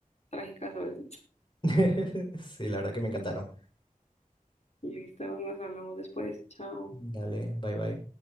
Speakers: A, on the left; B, on the left.
A: trágicas a veces.
B: <laughs> Sí, la verdad que me encantaron.
A: Listo, nos hablamos después. Chao.
B: Dale, bye bye.